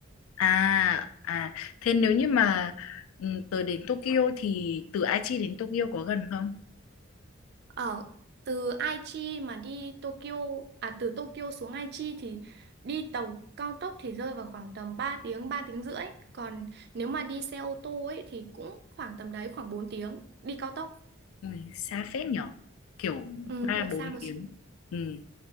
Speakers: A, on the left (about 80°); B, on the right (about 50°).
A: À, à, thế nếu như mà ừ, tớ đến Tokyo thì từ Aichi đến Tokyo có gần không?
B: Ở từ Aichi mà đi Tokyo à từ Tokyo xuống Aichi thì đi tàu cao tốc thì rơi vào khoảng tầm 3 tiếng 3 tiếng rưỡi còn nếu mà đi xe ô tô ấy thì cũng khoảng tầm đấy khoảng 4 tiếng đi cao tốc
A: Ui, xa phết nhở, kiểu
B: ừ,
A: ba
B: hơi
A: bốn
B: xa một
A: tiếng.
B: xíu
A: Ừ,